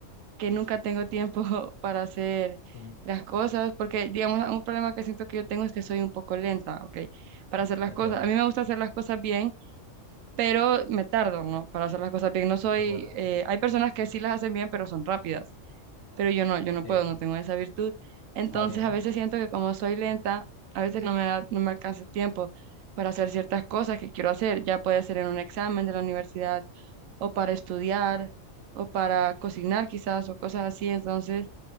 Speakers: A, on the right (about 80°); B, on the left (about 50°).
A: que nunca tengo tiempo <laughs> para hacer
B: Ujú,
A: las cosas porque, digamos, un problema que siento que yo tengo es que soy un poco lenta, ¿ok? Para hacer las
B: De acuerdo,
A: cosas. A mí me gusta hacer las cosas bien, pero me tardo, ¿no? Para hacer las cosas bien. No soy,
B: de acuerdo.
A: eh, hay personas que sí las hacen bien, pero son rápidas pero yo no, yo no
B: Sí,
A: puedo, no tengo esa virtud. Entonces
B: está bien.
A: a veces siento que como soy lenta, a veces no me da, no me alcanza el tiempo para hacer ciertas cosas que quiero hacer, ya puede ser en un examen de la universidad o para estudiar o para cocinar quizás o cosas así. Entonces